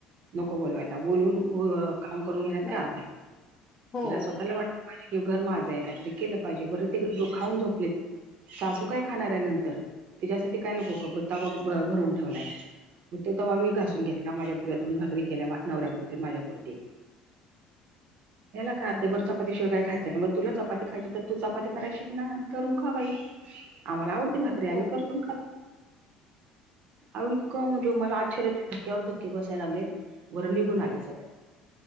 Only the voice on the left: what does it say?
हो,
हो.
हो.